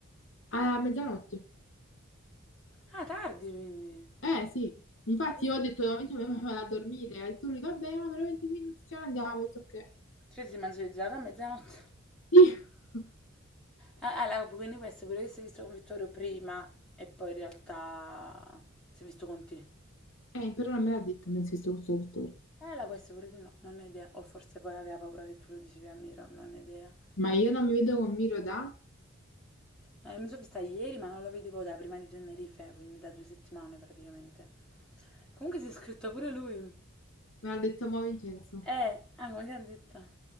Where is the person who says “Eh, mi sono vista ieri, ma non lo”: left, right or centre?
Centre